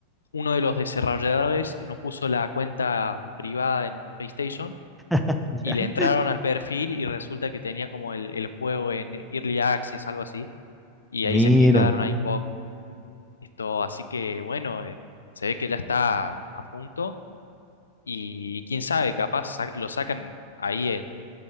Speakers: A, on the left; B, in the centre.
A: uno de los desarrolladores no puso la cuenta privada en PlayStation
B: <laughs>
A: y
B: Ya.
A: le entraron al perfil y resulta que tenía como el, el juego en Early Access, algo así. y
B: Mira.
A: ahí se fijaron ahí poco. Esto, así que bueno, eh, se ve que ya está a punto y quién sabe, capaz sa- lo sacan ahí en